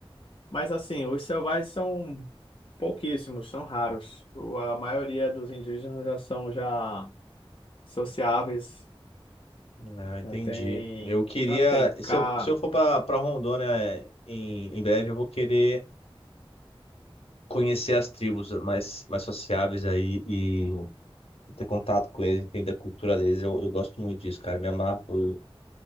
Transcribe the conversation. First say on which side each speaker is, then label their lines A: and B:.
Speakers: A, on the left; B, on the left.
A: Mas assim, os selvagens são pouquíssimos, são raros. O- A maioria dos indígenas já são já sociáveis,
B: Ah, entendi.
A: já tem,
B: Eu queria,
A: já tem
B: se
A: cá.
B: eu, se eu for para para Rondônia é, em, em breve, eu vou querer conhecer as tribos mais, mais sociáveis aí e, e ter contato com eles, entender a cultura deles. Eu, eu gosto muito disso, cara. Me amarro por,